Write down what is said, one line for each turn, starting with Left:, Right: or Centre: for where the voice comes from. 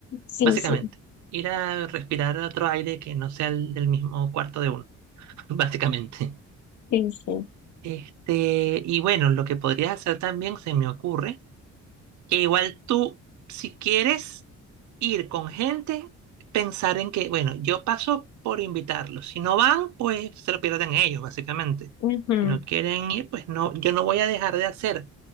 Left: sí,
Right: básicamente.
Left: sí,
Right: Ir a respirar otro aire que no sea el del mismo cuarto de uno, <laughs> básicamente.
Left: sí, sí.
Right: Este, y bueno, lo que podrías hacer también se me ocurre, que igual tú, si quieres ir con gente, pensar en que, bueno, yo paso por invitarlos. Si no van, pues se lo pierden ellos, básicamente.
Left: ujú.
Right: Si no quieren ir, pues no, yo no voy a dejar de hacer